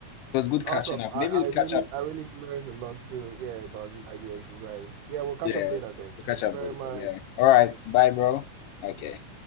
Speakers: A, on the left (about 80°); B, on the right (about 75°).
A: it was good
B: Awesome.
A: catching up.
B: I,
A: Maybe
B: I
A: we'll
B: really
A: catch up.
B: I really learned a lot too. Yeah, about UI UX design. Yeah, we'll catch
A: Yes,
B: up later then. Thank
A: we'll catch
B: you
A: up
B: very
A: later.
B: much.
A: Yeah. All right. Bye, bro. Okay.